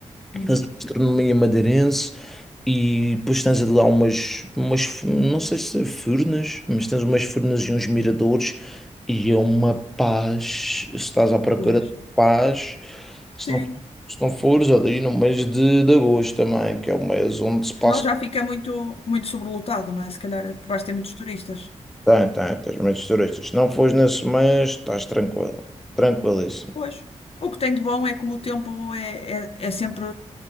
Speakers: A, on the left; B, in the centre.
A: Uhum.
B: Tens a gastronomia madeirense e depois tens lá umas, umas, f- não sei se é furnas, mas tens umas furnas e uns miradores e é uma paz. Se estás à procura
A: Pois.
B: de paz, se
A: Sim.
B: não, se não fores ali no mês de, de agosto também, que é o mês onde se passa,
A: Senão já fica muito, muito sobrelotado, não é? Se calhar eh, vais ter muitos turistas.
B: tem, tem, tens muitos turistas. Se não fores nesse mês, estás tranquilo, tranquilíssimo.
A: Pois. O que tem de bom é como o tempo é, é, é sempre